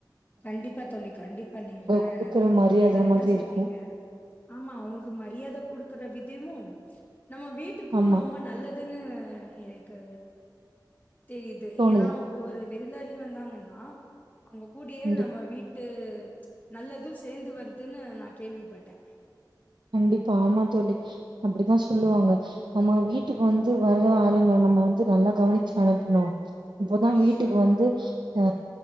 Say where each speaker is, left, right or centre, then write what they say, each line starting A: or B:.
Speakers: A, on the left; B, on the right.
A: கண்டிப்பா தோழி கண்டிப்பா நீங்க கர
B: குடுக்குற மரியாத
A: கரெட்டா
B: மாதிரி
A: சொல்றீங்க
B: இருக்கு
A: ஆமா அவுங்களுக்கு மரியாத குடுக்குற விதிமு நம்ம வீட்டுக்கு
B: ஆமா
A: ரொம்ப நல்ல துன்னு எனக்கு தெரிது
B: தோணுது
A: ஏனா ஒரு விருந்தாளி வந்தாங்கன்னா அவுங்க கூடயே
B: கண்டிப்
A: நம்ம வீட் டு நல்லது சேந்து வருதுனு நா கேள்விபட்டே
B: கண்டிப்பா ஆமா தோழி அப்டிதா சொல்லுவாங்க நம்ம வீட்டுக்கு வந்து வர்ற ஆளுங்கள நம்ம வந்து நல்லா கவனிச்சு அனுப்பனு அப்பதா
A: கண்டிப்பா
B: வீட்டுக்கு
A: கண்டிப்பா
B: வந்து அ